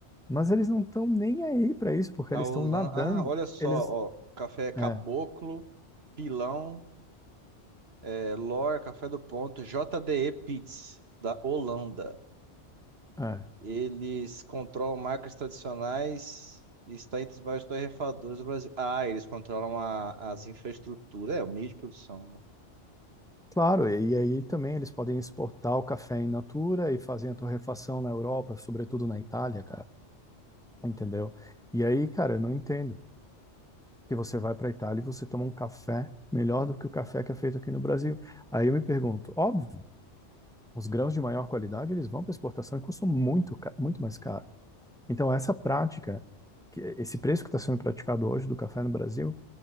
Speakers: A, in the centre; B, on the right.
A: mas eles não estão nem aí para isso, porque
B: A
A: eles
B: Holanda.
A: estão nadando.
B: Ah, olha só,
A: Eles.
B: ó. Café Caboclo,
A: É,
B: Pilão, é, Lor, Café do Ponto, JDE Peet's, da Holanda.
A: é.
B: Eles controlam marcas tradicionais e está entre os maiores torrefadores do Brasil. Ah, eles controlam a- as infraestruturas, é, o meio de produção, né?
A: Claro, e aí também eles podem exportar o café in natura e fazem a torrefação na Europa, sobretudo na Itália, cara. entendeu? E aí, cara, eu não entendo. Que você vai para Itália e você toma um café melhor do que o café que é feito aqui no Brasil. Aí eu me pergunto, óbvio, os grãos de maior qualidade, eles vão para exportação e custam muito, ca- muito mais caro. Então, essa prática, que- esse preço que está sendo praticado hoje do café no Brasil,